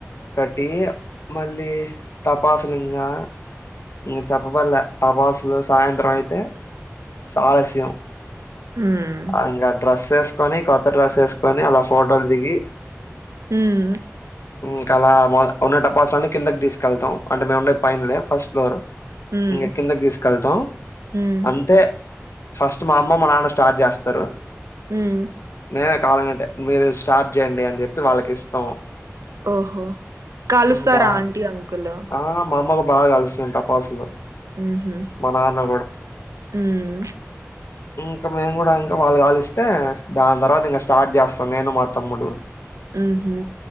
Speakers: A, on the left; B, on the right.
A: ట్టి మళ్ళీ టపాసులు ఇంగా ఇక చెప్పబల్లే టపాస్ ఇగ సాయంత్రం అయితే సాలస్యం
B: హ్మ్
A: ఆ ఇంకా డ్రస్ వేసుకని కొత్త డ్రెస్ వేస్ కొని అలా ఫోటోలు దిగి
B: హ్మ్
A: ఉమ్ ఇంకా ఉన్న టపాస్లన్ని కిందకి తీసుకెళ్తాం అంటే మేము ఉండేది పైన్లే ఫస్ట్ ఫ్లోరు
B: హ్మ్
A: ఇంగ కిందకి తీసుకెళ్తాం
B: హ్మ్
A: అంతే ఫస్ట్ మా అమ్మ మా నాన్న స్ స్టార్ట్ చేస్తారు
B: హ్మ్
A: నేనే కాలనింటే మీరు స్టా స్టార్ట్ చెయ్యండి అని జెప్పి వాళ్ళకి ఇస్తాం
B: ఓహో కాలుస్తారా
A: ఇంకా
B: ఆంటీ, అంకుల్
A: ఆ మా అమ్మ కూడా బాగా కాలుస్తాం టపాసులు
B: ఊహు
A: మా నాన్న
B: ఉమ్
A: ఊ ఇంకా మేము కూడా ఇంకా వాళ్ళు కాలిస్తే దాన్తర్వాత ఇంకా స్టార్ట్ చేస్తాం నేను మా తమ్ముడు
B: ఊహు